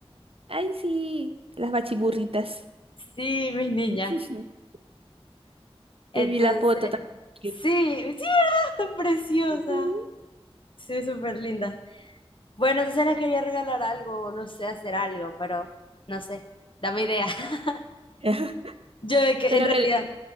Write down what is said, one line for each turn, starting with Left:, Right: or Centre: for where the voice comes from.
Right: Ay, sí, las bachiburritas.
Left: Sí, mis niñas.
Right: <laughs>
Left: Entonces,
Right: Te vi la foto tan cute.
Left: sí, sí, ¿verdad? Están preciosas.
Right: Ujú.
Left: Sí, súper lindas. Bueno, entonces les quería regalar algo, no sé, hacer algo, pero no sé, dame idea. <laughs>
Right: <laughs>
Left: Yo de que
Right: Pero
Left: en
Right: a
Left: realidad
Right: ver, eh,